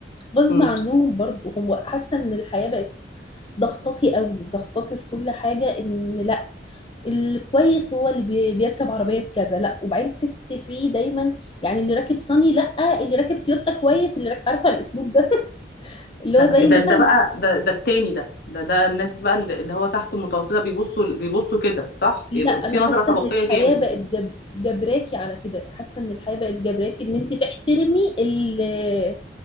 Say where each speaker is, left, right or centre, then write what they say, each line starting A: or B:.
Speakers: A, on the left (about 30°); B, on the left (about 60°).
A: غصب
B: امم
A: عنهم برضو هم حاسه ان الحياه بقت ضغطاكي قوي ضغطاكي في كل حاجه ان لا الكويس هو اللي بي- بيركب عربيه كذا لا وبعدين تحسي فيه دايما يعني اللي راكب صني لا اللي راكب تويوتا كويس اللي راكب عارفه الاسلوب ده <laughs> اللي
B: ده
A: هو زي
B: ده
A: مثلا
B: ده بقى ده ده التاني ده ده ده الناس بقى اللي اللي هو تحت المتوسطه بيبصوا بيبصوا كده صح
A: لا
B: بيبقى
A: انا
B: في
A: حاسه
B: نظره طبقيه
A: ان الحياه
B: جامد
A: بقت جب... جبراكي على كده حاسه ان الحياه بقت جبراكي ان انت تحترمي اللي,